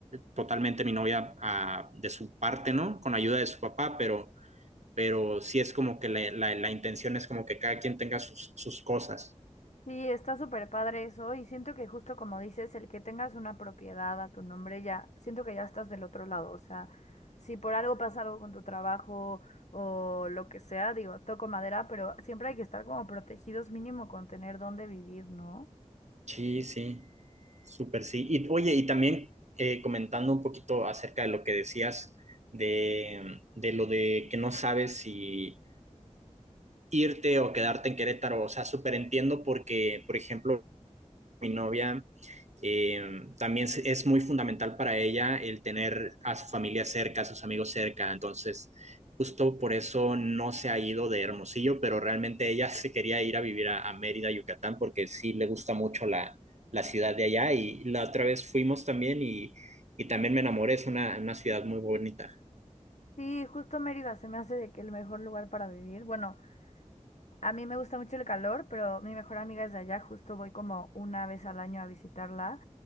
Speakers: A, on the right; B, on the left.
A: totalmente mi novia ah, de su parte, ¿no? Con ayuda de su papá, pero, pero sí es como que la, la, la intención es como que cada quien tenga sus, sus cosas.
B: Sí, está súper padre eso y siento que justo como dices, el que tengas una propiedad a tu nombre ya, siento que ya estás del otro lado, o sea, si por algo pasa algo con tu trabajo o lo que sea, digo, toco madera, pero siempre hay que estar como protegidos mínimo con tener dónde vivir, ¿no?
A: Sí, sí, súper sí. Y oye, y también eh, comentando un poquito acerca de lo que decías de, de lo de que no sabes si irte o quedarte en Querétaro, o sea, súper entiendo porque, por ejemplo, mi novia eh, también es muy fundamental para ella el tener a su familia cerca, a sus amigos cerca. Entonces, justo por eso no se ha ido de Hermosillo, pero realmente ella se quería ir a vivir a, a Mérida, Yucatán, porque sí le gusta mucho la, la ciudad de allá. Y la otra vez fuimos también y, y también me enamoré. Es una, una ciudad muy bonita.
B: Sí, justo Mérida se me hace de que el mejor lugar para vivir. Bueno, a mí me gusta mucho el calor, pero mi mejor amiga es de allá, justo voy como una vez al año a visitarla.